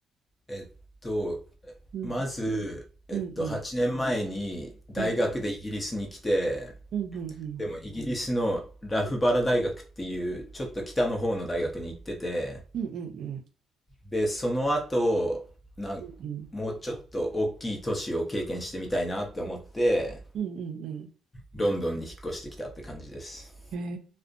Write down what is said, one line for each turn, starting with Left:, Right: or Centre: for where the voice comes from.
Left: えっと、
Right: うん
Left: まず、えっと、
Right: うんうん
Left: 8年前に大学でイギリスに来て、
Right: うんうんうんうん
Left: でもイギリスのラフバラ大学っていうちょっと北の方の大学に行ってて、
Right: うんうんうん
Left: で、その後、なんもうちょっと大きい都市を経験してみたいなって思って、
Right: うん。うんうんうん。
Left: ロンドンに引っ越してきたって感じです。
Right: へ